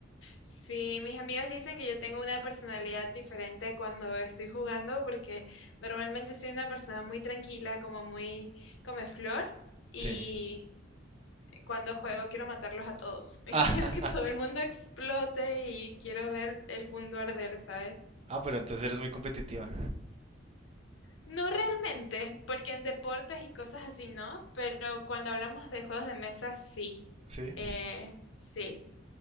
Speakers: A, on the left; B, on the right.
A: Sí, mis amigos dicen que yo tengo una personalidad diferente cuando estoy jugando, porque normalmente soy una persona muy tranquila, como muy comeflor, y
B: Sí.
A: cuando juego quiero matarlos a todos, <laughs> y
B: Ah,
A: quiero que todo el mundo explote y quiero ver el mundo arder, ¿sabes?
B: <laughs> ah, pero entonces eres muy competitiva.
A: No realmente, porque en deportes y cosas así no, pero cuando hablamos de juegos de mesa, sí.
B: Sí.
A: Eh, sí.